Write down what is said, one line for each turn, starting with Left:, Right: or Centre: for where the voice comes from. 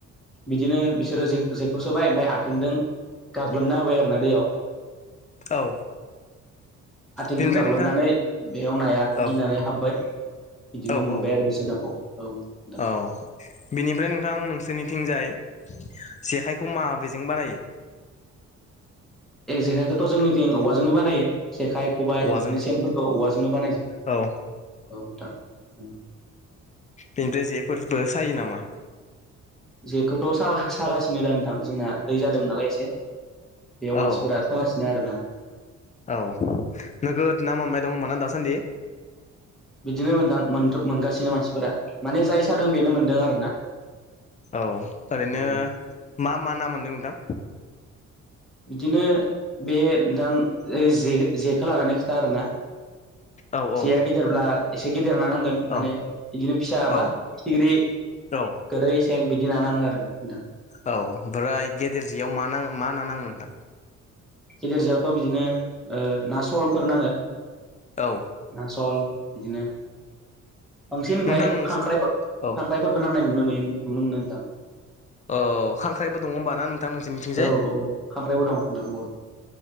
Centre: बिदिनो बिसोरो जे जेखौ सोबाय ओमफ्राय आ थेंदों गाग्लोबना होबाय आरोना दैयाव
Left: औ
Centre: आथिंजों
Left: बेनिफ्राय
Centre: गाग्लोबनानै
Left: नोंथां
Centre: बेयाव नाया
Left: औ
Centre: गिनानै हाब्बाय बिदिनो
Left: औ
Centre: मोनबाय
Left: औ
Centre: आरो बिसोर नाखौ औ नोंथां।
Left: औ
Centre: <inaudible>
Left: बिनिफ्राय नोंथां नोंसोरनिथिंजाय जेखाइखौ माबेजों बानायो
Centre: जेखाइखौथ' जोंनिथि औवाजोंनो बानायो जेखाइ खबाय
Left: औवाजों
Centre: बिदिनो सेनफोरखौ औवाजोंनो बानायजोबो।
Left: औ
Centre: औ नोंथां उम
Left: बेनिफ्राय जेफोरबो सायो नामा?
Centre: जेखौथ' सा सागासिनो दा नथां जोंना दै जादोंमोन नालाय एसे बेयाव मानसिफोरा
Left: औ
Centre: आ थालाासिनो आरो ना
Left: औ नोगोद ना मोनबाय दंमोन ना दासान्दि?
Centre: बिदिनो मोनदां मोनगासिनो मानसिफोरा माने जाय सादों बेनो मोनदों आरोना
Left: औ ओरैनो
Centre: औ
Left: मा मा ना मोनदों नोंथां?
Centre: बिदिनो बे नोंथां जे जेखौ लानानै खोथा आरोना
Left: औ औ
Centre: जेया गिदिरब्ला एसे गिदिर देरना नांगोन माने
Left: औ
Centre: बिदिनो फिसा
Left: औ
Centre: बा फिथिग्रि
Left: औ
Centre: गोरै थेंक बिदि नाानाङो आरो नोंथां
Left: औ ओमफ्राय गेदेर जेयाव मा नाङ मा ना नाङो नोंथां?
Centre: गिदेर जायावथ' बिदिनो ओ ना सलफोर नाङो
Left: औ
Centre: ना सल बिदिनो बांसिन ओमफ्राय
Left: नोंथां नोंसो
Centre: खां खांख्राइफोरबो
Left: औ
Centre: नांनाय नु नो नुनो मोनो नोंथां।
Left: औ खांख्राइबो दङ होमबा ना नोंथां नोंसोरनिथिंजाय?
Centre: औ औ खांख्राइबो दं दों बहुद।